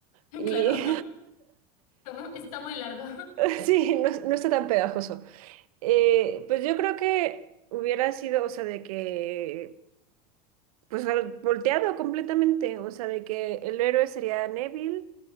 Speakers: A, on the left (about 75°); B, on the right (about 75°).
A: <laughs>
B: y
A: Claro, <laughs> está muy largo.
B: <laughs> sí, no, es no está tan pegajoso. Eh, pues yo creo que hubiera sido, o sea, de que, pues al- volteado completamente, o sea, de que el héroe sería Neville